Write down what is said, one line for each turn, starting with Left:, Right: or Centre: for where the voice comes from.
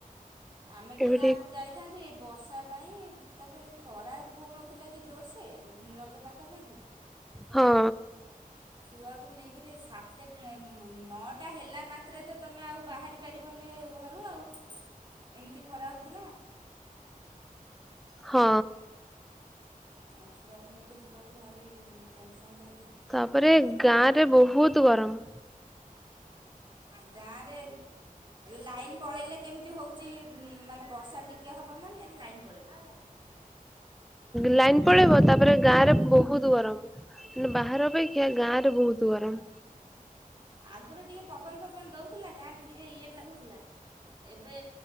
Right: ଆମେ ବି
Centre: ଏବେ
Right: ଗାଁକୁ
Centre: ଟିକେ
Right: ଯାଇଥାନ୍ତୁ, ଏଇ ବର୍ଷା ପାଇଁ, ତାପରେ ଖରାପ ହଉନଥିଲା କି ଜୋରସ <unintelligible> ରଜ ପାଖାପାଖି,
Centre: ହଁ।
Right: ଛୁଆକୁ ନେଇକିରି ସା ତ ନଅଟା ହେଲା ମାତ୍ରେ ତ ତୁମେ ଆଉ ବାହାରି ପାରିବନି ଘରୁ ଆଉ। ଏମିତି ଖରା ହେଉଥିଲା।
Centre: ହଁ।
Right: ଆଉ ଛୁଆକୁ ନେଇକି ଯିବାକୁ ଭାରି ଟେନସନ୍ ଲାଗେ।
Centre: ତାପରେ
Right: କେମିତି ତାକୁ
Centre: ଗାଁ
Right: ନେଇ
Centre: ରେ ବହୁତ ଗରମ।
Right: ଗାଁରେ ଲାଇନ ପଳେଇଲେ କେମିତି ହଉଚି ମାନେ ବର୍ଷା ଟି ଟିକେ ହବ ମାନେ, ଲାଇନ୍ ପଳେଇବ।
Centre: ଲାଇନ ପଳେଇବ, ତାପରେ ଗାଁ ରେ ବହୁତ ଗରମ। ମ ବାହାର ଅପେକ୍ଷା ଗାଁରେ ବହୁତ ଗରମ।
Right: ଆଗରୁ ଟିକେ ପବନ ଫବନ ଦଉଥିଲା, ଗାଁ ଟିକେ ଇଏ ଲାଗୁଥିଲା। ଏବେ